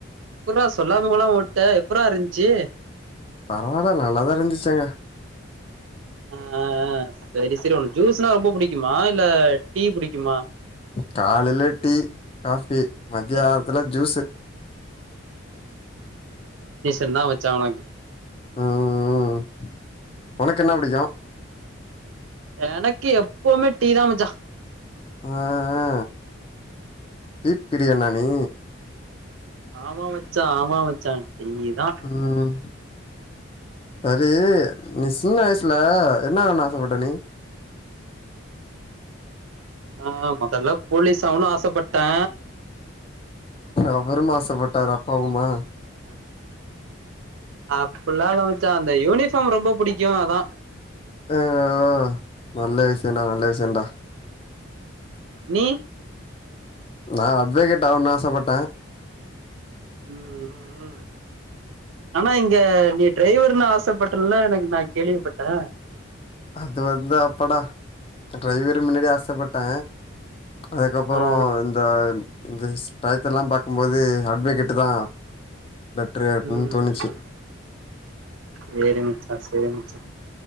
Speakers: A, on the right (about 75°); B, on the left (about 30°).
A: எப்புராா சொல்லாமகொகம்ம ஓட்ட எப்புரா இருந்துச்சி
B: பரவாயில்ல நல்லாதா இருந்துச்சி அங்க
A: ம் ஆஆ சரி சரி ஒண்ணு ஜூஸ்னா ரொம்ப புடிக்குமா இல்ல டீ புடிக்குமா
B: காலையில டீ காஃபி மத்தியானத்துல
A: அ,
B: ஜூஸு
A: என்னா வச்சா உனக்
B: ம் உனக்கு என்ன புடிக்கு
A: எனக்கு எப்பமே டீதா மச்சா
B: ஆ ஆ பீப் பிரியாணா நீ
A: ஆமா மச்சா ஆமா மச்சா டீ தா
B: ம் சரி நீ சின்ன வயசுல என்ன ஆகணுன்னு ஆசப்பட்ட நீ
A: ஆ மொதல்ல போலீஸ் ஆவனுனு ஆசப்பட்டே
B: அவரும் ஆசப்பட்டாரா அப்பாவுமா
A: அப்பிட்லா இல்ல மச்சா அந்த யூனிஃபார்ம் ரொம்ப புடிக்கு அதா
B: ஆ ஓ நல்ல விஷயண்டா நல்ல விஷயண்டா
A: நீ
B: நா அட்வகேட் ஆகனுன்னு ஆசப்பட்டே
A: ம் ம் ம் ஆனா இங்க நீ டிரைவர்னு ஆசைப்பட்டன்ல நா நா கேள்விப்பட்டே
B: அது வந்து அப்படா அ டிரைவரு முன்னாடி ஆசப்பட்டே அதுக்கப்புறோ
A: ஆ
B: இந்த இந்த ஸ் டயத்தெல்லா பாக்கும்போது அட்வகேட்டுதா பெட்ரு அப்டினு
A: ம்
B: தோணுச்சு
A: ம் சேரி மச்சா சேரி மச்சா